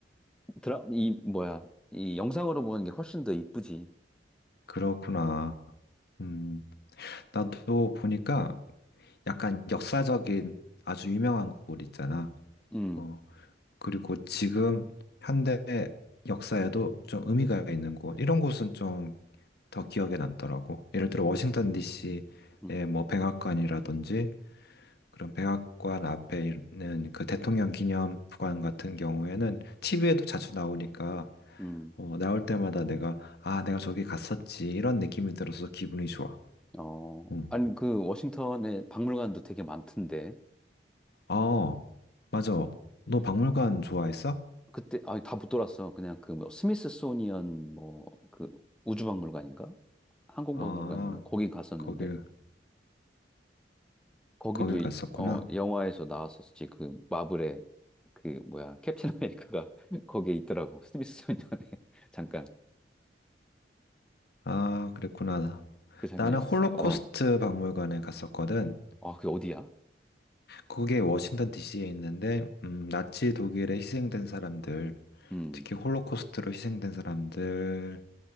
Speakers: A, in the centre; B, on the left (about 60°).
A: 드라, 이, 뭐야. 이 영상으로 보는 게 훨씬 더 이쁘지.
B: 그렇구나. 음, 나도 보니까 약간 역사적인 아주 유명한 곳 있잖아.
A: 음,
B: 어, 그리고 지금 현대 역사에도 좀 의미가 있는 곳. 이런 곳은 좀 더 기억에 남더라고. 예를 들어 워싱턴 DC의
A: 음,
B: 뭐 백악관이라든지 그런 백악관 앞에 있는 그 대통령 기념관 같은 경우에는 TV에도 자주 나오니까
A: 음.
B: 어, 나올 때마다 내가 아 내가 저기 갔었지 이런 느낌이 들어서 기분이 좋아.
A: 어,
B: 응.
A: 아니, 그, 워싱턴에 박물관도 되게 많던데.
B: 어, 아, 맞아. 너 박물관 좋아했어?
A: 그때, 아, 다 못 돌았어. 그냥 그, 뭐, 스미스소니언, 뭐, 그, 우주박물관인가? 항공박물관인가?
B: 아,
A: 거기 갔었는데,
B: 거길
A: 거기도,
B: 거길
A: 이-
B: 갔었구나.
A: 어, 영화에서 나왔었지. 그, 마블의, 그, 뭐야, 캡틴 아메리카가 <laughs> 거기에 있더라고. 스미스소니언에. <laughs> 잠깐.
B: 아, 그랬구나.
A: 그 장면이
B: 나는
A: 있었어.
B: 홀로코스트
A: 어.
B: 박물관에 갔었거든.
A: 아, 그게 어디야?
B: 그게 워싱턴 DC에 있는데 음, 나치 독일에 희생된 사람들,
A: 음.
B: 특히 홀로코스트로 희생된 사람들